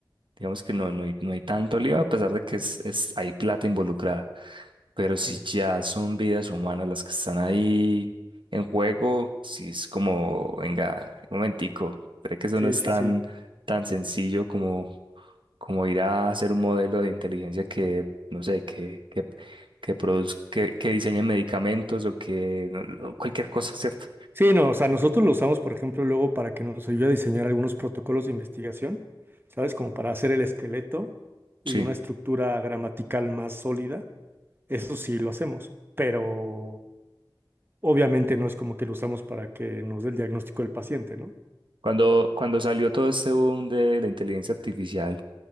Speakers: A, on the right; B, on the right.
A: Digamos que no, no hay, no hay tanto lío, a pesar de que es, es, hay plata involucrada. Pero si
B: Sí,
A: ya son vidas humanas las que están ahí en juego, si es como, venga, un momentico, creo que eso
B: sí,
A: no es
B: sí,
A: tan,
B: sí.
A: tan sencillo como, como ir a hacer un modelo de inteligencia que, no sé, que, que, que produzca, que, que diseñe medicamentos o que no- no, cualquier cosa, ¿cierto?
B: Sí, no, o sea, nosotros lo usamos, por ejemplo, luego para que nos ayude a diseñar algunos protocolos de investigación, ¿sabes? Como para hacer el esqueleto y
A: Sí.
B: una estructura gramatical más sólida. Eso sí lo hacemos, pero obviamente no es como que lo usamos para que nos dé el diagnóstico del paciente, ¿no?
A: Cuando, cuando salió todo este boom de la inteligencia artificial,